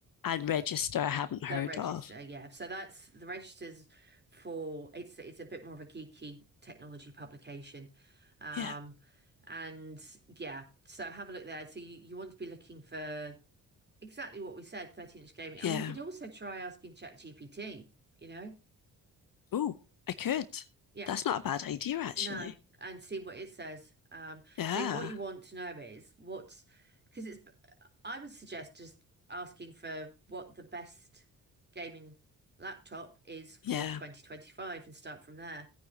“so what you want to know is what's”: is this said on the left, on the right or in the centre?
Right